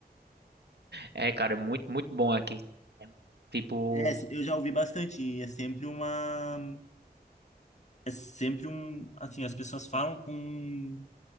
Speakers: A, on the right; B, on the left.
A: É, cara, é muito, muito bom aqui. É, tipo,
B: É, eu já ouvi bastante. e É sempre uma. É sempre um. Assim, as pessoas falam com